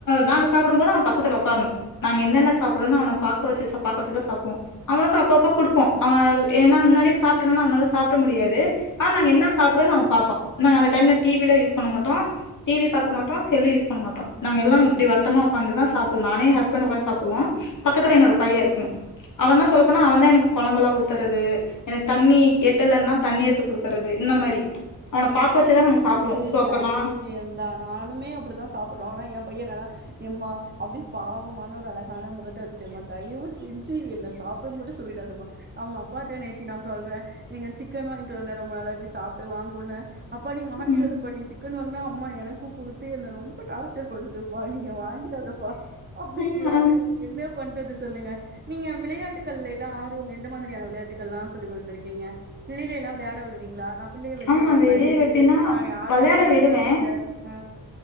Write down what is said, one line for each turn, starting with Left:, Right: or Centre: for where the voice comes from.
Left: நாங்க சாப்டும் போது அவபக்கத்ல ஒக்காரணு நாங்க என்னென்ன சாப்ட்றோன்னு அவன பாக்க வச்சு பாக்க வச்சுதா சாப்டுவோ அவனுக்கு அப்பப்ப குடுப்போ அவ ஏன்னா முன்னாடியே சாப்பிட்டனால அவனால சாப்ட முடியாது ஆனா நாங்க என்னா சாப்றோன்னு அவ பாப்பா நாங்க அந்த டைம்ல டிவில்லா யூஸ் பண்ண மாட்டோ டிவி பாக்க மாட்டோ செல்லு யூஸ் பண்ண மாட்டோ நாங்க எல்லா இப்டி வட்டமா ஒக்காந்துதா சாப்டுவோ நானு எ ஹஸ்பெண்டு ஒக்காந்து சாப்டுவோ பக்கத்துல என்னோட பைய இருக்கனு அவன் தா சொல்லப்போனா அவன்தா எனக்குக் கொழம்பல்லா ஊத்தறது எனக்கு தண்ணி எட்டலன்னா தண்ணி எடுத்து குடுக்குறது இந்த மாரி அவன பாக்க வச்சுதா நாங்க சாப்டுவோ
Right: இது
Left: சோ அப்ப
Right: நல்ல
Left: நா
Right: விஷயந்தா நானுமே அப்டித்தா சாப்டுறோ ஆனா என் பைய நல்லா எம்மா அப்டி பாவமான ஒரு அழகான முகத்த வெச்சுட்டு எம்மா தயிவு செஞ்சு என்ன சாப்புடுன் மட்டு சொல்லிடாதம்மா அவங்க அப்பாட்ட நேத்தி நா சொல்ற நீங்க சிக்கன் வாங்கிட்டு வாங்க ரொம்ப நாளாச்சு சாப்ட்டு வாங் பொண்ண அப்பா நீ வாங்கிடாத
Left: ம்
Right: பண்ணிட்டு சிக்கனு வாங்குனா அம்மா எனக்கு குடுத்து என்ன ரொம்ப டார்ச்சர் பண்ணுதுப்பா நீங்க வாங்கிறாதப்பா அப்டிங்கறாங்க
Left: ம், ம்.
Right: என்னப் பண்றது சொல்லுங்க நீங்க விளையாட்டுக்கள் எல்லா ஆர்வம் எந்த மாதிரியான விளையாட்டுக்கள்லா சொல்லி குடுத்துருக்கீங்க வெளில எல்லா விளையாட விடுவீங்களா நா பிள்ளைய வெளில
Left: ஆம்மா
Right: விட
Left: வெளிய
Right: பயந்துட்டு
Left: வெப்பின்னா
Right: நா யாரு
Left: வெளையாட
Right: கூடயுமே
Left: விடுவ
Right: விடுறதே இல்ல ஆ